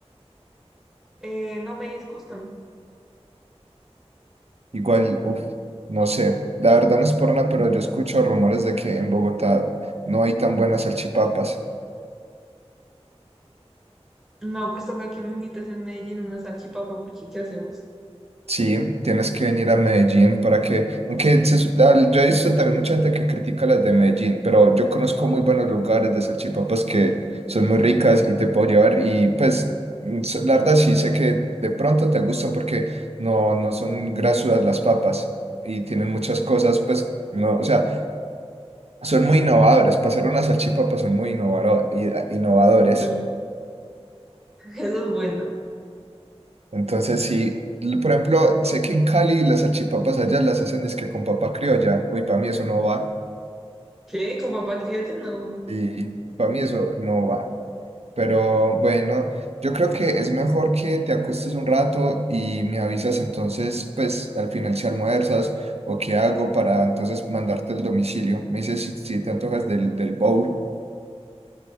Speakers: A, in the centre; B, on the right.
A: Eh, no me disgustan.
B: Igual, uff, no sé, la verdad no es por nada, pero yo escucho rumores de que en Bogotá no hay tan buenas salchipapas.
A: No, pues toca que me invitas en Medellín unas salchipapa, porque ¿qué hacemos?
B: Sí, tienes que venir a Medellín para que, aunque se su- al- yo he visto también mucha gente que critica las de Medellín, pero yo conozco muy buenos lugares de salchipapas que son muy ricas y te puedo llevar y pues mm, s- la verdad sí sé que de pronto te gustan porque no, no son grasudas las papas y tienen muchas cosas, pues no, o sea, son muy innovadores, para hacer unas salchipapas son muy innovaro- i- innovadores.
A: <laughs> Mm, Eso es bueno.
B: Entonces, sí, l- por ejemplo, sé que en Cali las salchipapas allá las hacen dizque con papa criolla. Uy, para mí eso no va.
A: ¿Qué? ¿Con papá criolla? No.
B: Y para mí eso no va. Pero bueno, yo creo que es mejor que te acuestes un rato y me avisas entonces, pues al final si almuerzas o qué hago para entonces mandarte el domicilio. Me dices si, si te antojas del, del bowl.